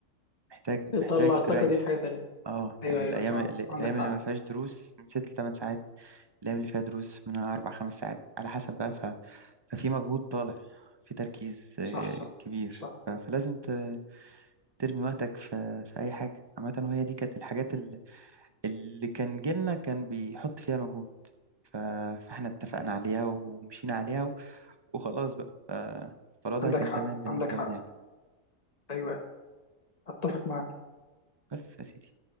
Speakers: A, on the right; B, on the left.
A: محتاج
B: تطلع
A: محتاج
B: الطاقة
A: تريح
B: دي في حاجة تانية
A: اه
B: ايوه
A: يعني
B: ايوه
A: الايام
B: صح
A: اللي- الايام
B: عندك حق
A: اللي ما فيهاش دروس من ست لثمان ساعات الايام اللي فيها دروس من اربع خمس ساعات على حسب بقى ف... ففي مجهود طالع في تركيز آه،
B: صح صح
A: كبير
B: صح
A: ف... فلازم ت... ترمي وقتك في... في اي حاجه عامه وهي دي كانت الحاجات اللي, اللي كان جيلنا كان بيحط فيها مجهود ف... فاحنا اتفقنا عليها ومشينا عليها و... وخلاص بقى ف... فالوضع
B: عندك
A: كان
B: حق
A: تمام بالنسبه
B: عندك حق
A: لنا يعني
B: ايوه أيوة. اتفق معاك
A: بس يا سيدي